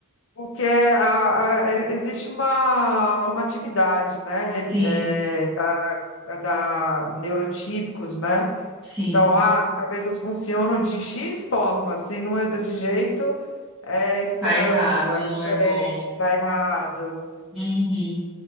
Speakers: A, on the left; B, in the centre.
A: Porque é, a- a- e- existe uma normatividade, né,
B: sim,
A: eh, da, é da neurotípicos, né?
B: sim.
A: Então, ah, as cabeças funcionam de X forma, se não é desse jeito, é estranho,
B: Tá errado,
A: é
B: não
A: diferente,
B: é bom.
A: tá errado.
B: Uhum.